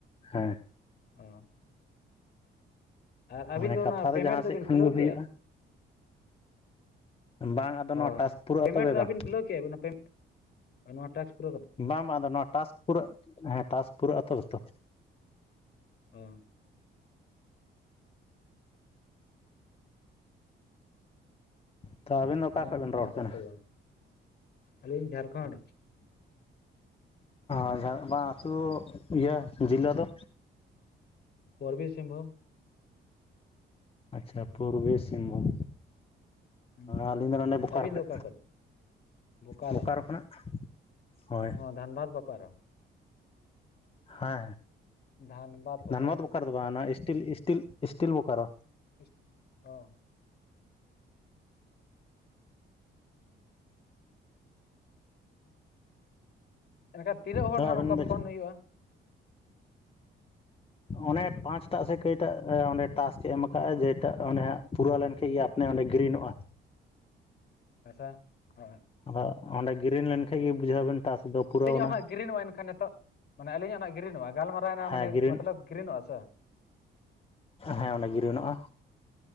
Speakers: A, on the left; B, on the left.
A: ᱦᱮᱸ
B: <unintelligible> ᱟᱨ
A: ᱢᱟᱱᱮ
B: ᱟᱹᱵᱤᱱ ᱫᱚ
A: ᱠᱟᱛᱷᱟ
B: ᱚᱱᱟ ᱯᱮᱢᱮᱱᱴ
A: ᱡᱟᱦᱟᱸ ᱥᱮᱫ
B: ᱫᱚᱵᱤᱱ
A: ᱠᱷᱚᱱ
B: ᱠᱷᱩᱞᱟᱹᱣ
A: ᱜᱮ ᱦᱩᱭᱩᱜᱼᱟ
B: ᱠᱮᱼᱟ᱾
A: ᱵᱟᱝ ᱟᱫᱚ ᱱᱚᱣᱟ
B: ᱦᱳᱭ
A: ᱴᱟᱥᱠ ᱯᱩᱨᱟᱹᱜᱼᱟ
B: ᱯᱮᱢᱮᱱᱴ
A: ᱛᱚᱵᱮ
B: ᱫᱚ
A: ᱵᱟᱝ
B: ᱟᱹᱵᱤᱱ ᱠᱷᱩᱞᱟᱹᱣ ᱠᱮᱼᱟ <unintelligible> ᱱᱚᱣᱟ ᱴᱟᱠᱥ ᱯᱩᱨᱟᱹᱣ ᱠᱟᱛᱮᱫ
A: ᱵᱟᱝ ᱵᱟᱝ ᱟᱫᱚ ᱱᱚᱣᱟ ᱴᱟᱥᱠ ᱯᱩᱨᱟᱹᱜ ᱦᱮᱸ ᱴᱟᱥᱠ ᱯᱩᱨᱟᱹᱜᱼᱟ ᱛᱚᱵᱮ ᱛᱚ᱾
B: ᱦᱚᱸ
A: ᱛᱚ ᱟᱵᱤᱱ ᱫᱚ ᱚᱠᱟ
B: ᱱᱚᱜᱼᱚ
A: ᱠᱷᱚᱱᱵᱤᱱ
B: ᱱᱚᱝᱠᱟᱱᱟᱜ
A: ᱨᱚᱲ ᱠᱟᱱᱟ?
B: ᱛᱚᱵᱮ ᱵᱟᱝ? ᱟᱹᱞᱤᱧ ᱡᱷᱟᱲᱠᱷᱚᱸᱰ
A: <unintelligible> ᱵᱟᱝ ᱟᱹᱛᱩ ᱤᱭᱟᱹ ᱡᱤᱞᱟᱹ ᱫᱚ
B: ᱯᱩᱨᱵᱤ ᱥᱤᱝᱵᱷᱩᱢ᱾
A: ᱟᱪᱪᱷᱟ ᱯᱩᱨᱵᱤ ᱥᱤᱝᱵᱷᱩᱢ᱾
B: ᱦᱩᱸ
A: ᱟᱹᱞᱤᱧ ᱫᱚ ᱱᱚᱰᱮ ᱵᱳᱠᱟᱨ
B: ᱟᱹᱵᱤᱱ
A: ᱠᱷᱚᱡ
B: ᱫᱚ ᱚᱠᱟ ᱵᱳᱠᱟᱨᱳ
A: ᱵᱳᱠᱟᱨ ᱠᱷᱚᱱᱟᱜ᱾ ᱦᱳᱭ
B: ᱦᱚᱸ ᱫᱷᱟᱱᱵᱟᱫᱽ ᱵᱳᱠᱟᱨᱳ᱾
A: ᱦᱮᱸ
B: ᱫᱷᱟᱱᱵᱟᱫᱽ
A: ᱫᱷᱟᱱᱵᱟᱫᱽ
B: ᱦᱳᱭᱛᱚ
A: ᱵᱳᱠᱟᱨᱳ ᱫᱚ ᱵᱟᱝ ᱱᱚᱣᱟ ᱤᱥᱴᱤᱞ ᱤᱥᱴᱤᱞ ᱤᱥᱴᱤᱞ ᱵᱳᱠᱟᱨᱳ᱾
B: ᱤᱥᱴ ᱚ ᱮᱱᱠᱷᱟᱱ ᱛᱤᱱᱟᱹᱜ ᱦᱚᱲ
A: ᱛᱚ
B: ᱦᱟᱸᱜ
A: ᱟᱵᱮᱱ
B: ᱱᱚᱝᱠᱟ
A: ᱫᱚ
B: ᱯᱷᱳᱱ ᱦᱳᱭᱳᱜᱼᱟ?
A: ᱚᱱᱮ ᱯᱟᱸᱪᱴᱟᱜ ᱥᱮ ᱠᱟᱹᱭᱴᱟᱜ ᱚᱸᱰᱮ ᱴᱟᱠᱥ ᱮᱢ ᱠᱟᱜᱼᱟ ᱡᱮᱴᱟ ᱦᱟᱜ ᱯᱩᱨᱟᱹᱣ ᱞᱮᱱᱷᱟᱡ ᱜᱮ ᱟᱯᱱᱮ ᱚᱸᱰᱮ ᱜᱤᱨᱤᱱᱚᱜᱼᱟ᱾
B: <unintelligible>
A: ᱟᱫᱚ ᱚᱸᱰᱮ ᱜᱮᱨᱤᱱ ᱞᱮᱱᱠᱟᱡ ᱜᱮ ᱵᱩᱡᱷᱟᱹᱣᱟᱵᱮᱱ ᱴᱟᱥ ᱫᱚ ᱯᱩᱨᱟᱹᱣᱱᱟ
B: ᱟᱹᱞᱤᱧᱟᱜ ᱦᱚᱸ ᱱᱟᱜ ᱜᱤᱨᱤᱱ ᱟᱣᱟᱮᱱ ᱠᱷᱟᱱ ᱱᱤᱛᱚᱜ ᱢᱟᱱᱮ ᱟᱹᱞᱤᱧᱟᱜ ᱦᱚ ᱱᱟᱜ ᱜᱤᱨᱤᱱᱚᱜᱼᱟ᱾ ᱜᱟᱞᱢᱟᱨᱟᱣᱮᱱᱟ
A: ᱦᱮᱸ
B: ᱢᱟᱱᱮ
A: ᱜᱨᱤᱱ
B: ᱢᱚᱛᱞᱚᱵ ᱜᱽᱨᱤᱱᱚᱜᱼᱟ ᱥᱮ᱾
A: ᱦᱮᱸ ᱚᱸᱰᱮ ᱜᱨᱤᱱᱚᱜᱼᱟ᱾